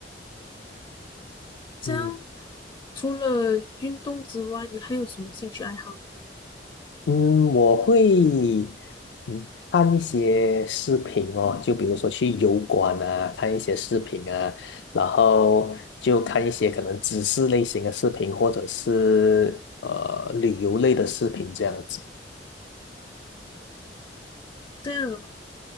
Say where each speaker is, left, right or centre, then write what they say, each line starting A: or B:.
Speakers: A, on the left; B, on the left.
A: 这样
B: 嗯。
A: 除了运动之外，你还有什么兴趣爱好吗？
B: 嗯，我会嗯看一些视频哦，就比如说去油管啊，看一些视频啊，然后就看一些可能知识类型的视频，或者是呃旅游类的视频这样子。
A: 这样啊，